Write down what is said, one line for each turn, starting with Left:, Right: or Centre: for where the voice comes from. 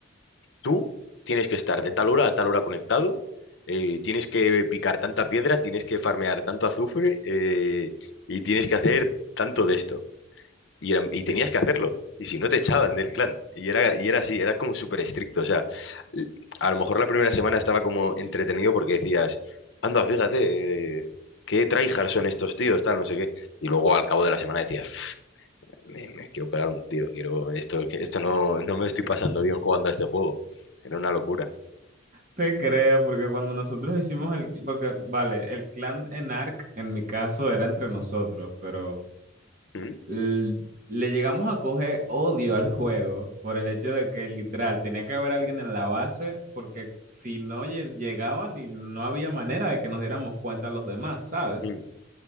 Left: tú tienes que estar de tal hora a tal hora conectado, eh, tienes que picar tanta piedra, tienes que farmear tanto azufre eh, y tienes que hacer tanto de esto. Y, era- y tenías que hacerlo. Y si no, te echaban del clan. Y era, y era así, era como súper estricto. O sea, l- a lo mejor la primera semana estaba como entretenido porque decías, anda, fíjate, eh, qué tryhards son estos tíos, tal, no sé qué. Y luego al cabo de la semana decías me, me quiero pegar un tiro, quiero, esto, que- esto no, no me estoy pasando bien jugando a este juego. Era una locura.
Right: Te creo, porque cuando nosotros hicimos el, cl- porque vale, el clan en Ark en mi caso era entre nosotros, pero
Left: ¿Mm?
Right: l- le llegamos a coger odio al juego por el hecho de que literal tenía que haber alguien en la base porque si no lle- llegaban y no había manera de que nos diéramos cuenta los demás, ¿sabes?
Left: Mm.